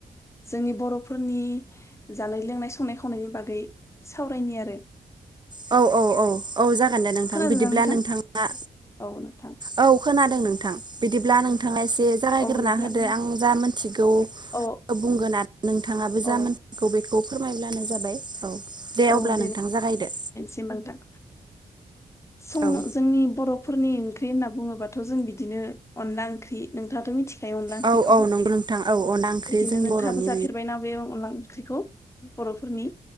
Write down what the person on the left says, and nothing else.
जोंनि बर'फोरनि जानाय लोंनाय संनाय खावनायनि बागै सावरायनि आरो।
खोनादोंना
नोंथां
औ नोंथां
औ नोंथां
औ
औ
औ
दे ओमबा नोंथां। सं
जोंनि बर' फोरनि ओंख्रि होनना बुङोबाथ' जों बिदिनो अनला ओंख्रि नोंथाङाथ' मिथि फाय अनला ओंख्रिखौ
बिदिनो
नोंथाङाबो
जाफेरबायना बे अनला ओंख्रिखौ? बर'फोरनि